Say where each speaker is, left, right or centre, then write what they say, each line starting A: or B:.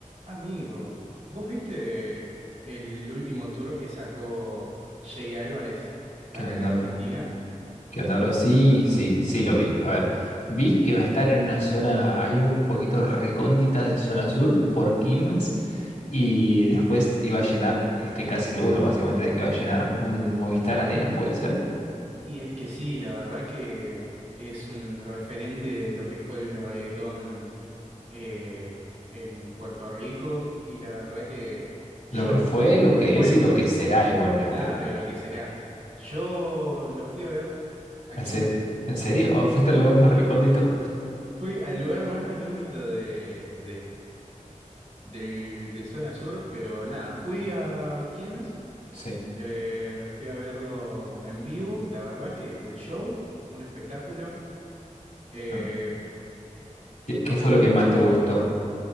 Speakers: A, on the right (about 60°); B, on the left (about 85°).
A: Amigo, ¿vos viste el último tour que sacó Jay Álvarez
B: ¿Qué
A: acá
B: onda?
A: en Argentina?
B: ¿Qué onda, bro? Sí, sí, sí lo vi. A ver, vi que va a estar en una zona ahí un poquito recóndita de zona sur por Quilmes y después iba a llenar, estoy casi seguro básicamente de que va a llenar un Movistar Arena, ¿puede ser?
A: Y es que sí, la verdad que es un referente de lo que fue el reggaetón eh, en Puerto Rico y la verdad que yo
B: Lo que fue, lo que
A: te cuento,
B: es y lo que será igualmente.
A: claro, y lo que será. Yo lo fui a ver a
B: ¿En
A: Quilmes.
B: se- en serio? ¿O ¿Fuiste al lugar más recóndito?
A: Sí. Fui al lugar más recógnito de, del, de zona sur, pero nada, fui a Quilmes,
B: Sí.
A: le fui a verlo en vivo, la verdad que el show, un espectáculo, eh,
B: Mm. ¿Qué, qué
A: tocó
B: fue lo
A: mucho
B: que más te gustó